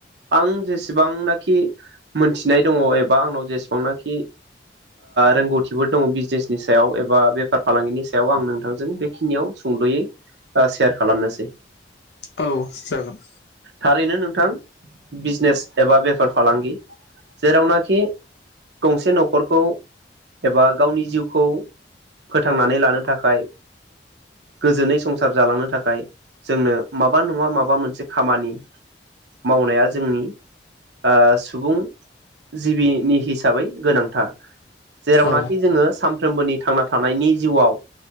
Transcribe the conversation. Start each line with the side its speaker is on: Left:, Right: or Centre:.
Right: आं जेसेबांनाख खि मोनथिनाय दङ एबा आंनाव जेसेबांनाखि रोंगौथिफोर दङ बिजनेसनि सायाव एबा बेफार फालांगिनि सायाव आं नोंथांजों बेखिनियाव सुंद'यै ओ सेयार खालामनोसै
Left: औ जागोन
Right: थारैनो नोंथां बिजनेस एबा बे बेफार फालांगि जेरावनाखि गंसे न'खरखौ एबा गावनि जिउखौ फोथांनानै लानो थाखाय गोजोनै संसार जालांनो थाखाय जोंनो माबा नङा माबा मोनसे खामानि मावनाया जोंनि ओ सुबुं जिबिनि हिसाबै गोनांथार। जेरावनाखि
Left: औ
Right: जोङो साम फ्रोमबोनि थांना थानायनि जिउआव